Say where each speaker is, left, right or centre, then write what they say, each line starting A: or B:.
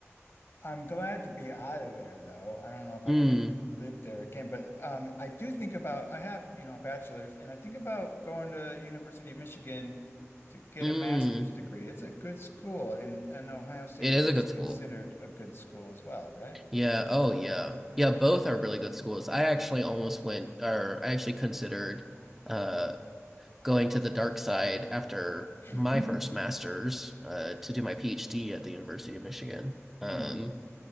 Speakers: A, on the left; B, in the centre.
A: I'm glad to be out of there, though. I don't know if
B: mm,
A: I could live there again, but um, I do think about I have, you know, a bachelor's, and I think about going to University of Michigan to get
B: mm.
A: a master's degree. It's a good school, and and Ohio State
B: It is
A: is
B: a good
A: considered
B: school.
A: a good school as well, right?
B: Yeah. Oh, yeah. Yeah. Both are really good schools. I actually almost went, or I actually considered. uh. going to the dark side after
A: <laughs>
B: my first master's uh, to do my PhD at the University of Michigan. Um,
A: Hmm.